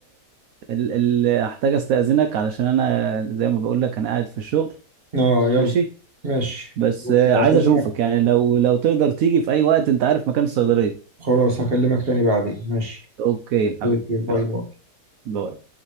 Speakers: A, on the right; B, on the right.
A: ال ال احتاج استاذنك علشان انا زي ما بقول لك انا قاعد في الشغل
B: اه يلا
A: ماشي
B: ماشي
A: بس
B: بكرة
A: آه، عايز
B: هكلمك
A: اشوفك يعني لو لو تقدر تيجي في اي وقت انت عارف مكان الصيدليه
B: خلاص هكلمك تاني بعدين ماشي
A: اوكي حبيبي
B: اوكي باي
A: يلا
B: باي
A: باي